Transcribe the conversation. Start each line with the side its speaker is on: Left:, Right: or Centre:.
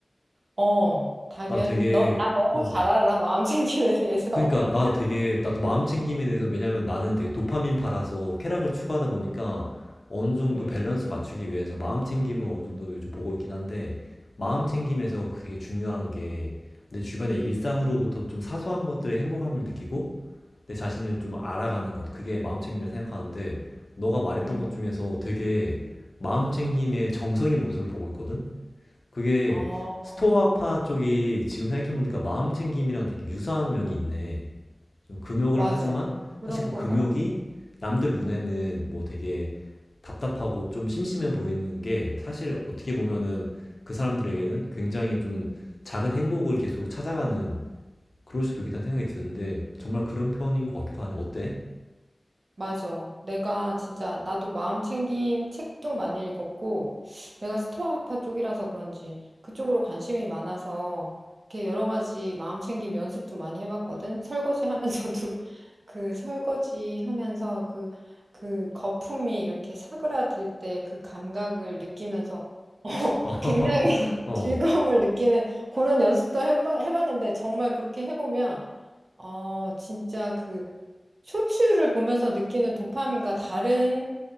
Right: 어, 당연히.
Left: 나 되게
Right: 너, 나 너무
Left: 어
Right: 잘 알아. 마음 챙김에 대해서.
Left: 그러니까
Right: <laughs>
Left: 나 되게 나도 마음 챙김에 대해서 왜냐면 나는 되게 도파민 팔아서 쾌락을 추구하다 보니까 어느 정도
Right: 응,
Left: 밸런스를 맞추기 위해서 마음 챙김을 어느 정도 요즘 보고 있긴 한데 마음 챙김에서 되게 중요한 게 내 주변의 일상으로부터 좀 사소한 것들의 행복함을 느끼고 내 자신을 좀 알아가는 것 그게 마음 챙김이라 생각하는데 너가 말했던
Right: 응.
Left: 것 중에서 되게 마음 챙김의 정석인 모습을 보고 있거든. 그게
Right: 어,
Left: 스토아파 쪽이 지금 생각해보니까 마음 챙김이랑 되게 유사한 면이 있네. 좀 금욕을
Right: 맞아.
Left: 하지만
Right: 그런
Left: 사실 그
Right: 것
Left: 금욕이
Right: 같아.
Left: 남들 눈에는 뭐 되게 답답하고 좀 심심해 보이는 게 사실 어떻게 보면은 그 사람들에게는 굉장히 좀 작은 행복을 계속 찾아가는 그럴 수도 있겠다는 생각이 드는데 정말 그런 편인 것 같기도 하네. 어때?
Right: 맞아. 내가 진짜 나도 마음 챙김 책도 많이 읽었고 내가 스토아파 쪽이라서 그런지 그쪽으로 관심이 많아서 이렇게 여러 가지 마음 챙김 연습도 많이 해봤거든. 설거지 하면서도 <laughs> 그 설거지 하면서 그, 그 거품이 이렇게 사그라들 때 그 감각을 느끼면서 <laughs> 어,
Left: <laughs> 어,
Right: 굉장히 <laughs>
Left: 어,
Right: 즐거움을 느끼는 그런 연습도 해마- 해봤는데 정말 그렇게 해보면 어, 진짜 그 쇼츠를 보면서 느끼는 도파민과 다른